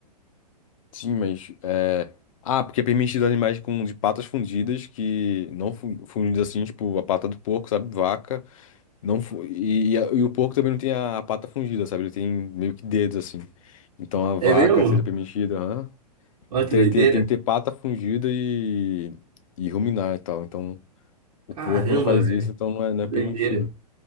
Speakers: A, on the left; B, on the right.
A: sim, mas. É... Ah, porque é permitido animais com de patas fundidas, que não fu- fundidas assim, tipo a pata do porco, sabe? Vaca. Não fu- e, e, a- e o porco também não tem a, a pata fundida, sabe? Ele tem meio que dedos assim. Então a vaca
B: É mesmo?
A: seria permitida, aham.
B: Olha
A: Então
B: que
A: teria
B: doideira.
A: que ter, tem que ter pata fungida e, e ruminar e tal. Então o
B: Caramba,
A: porco não faz
B: velho,
A: isso, então não é, não
B: que
A: é permitido.
B: doideira.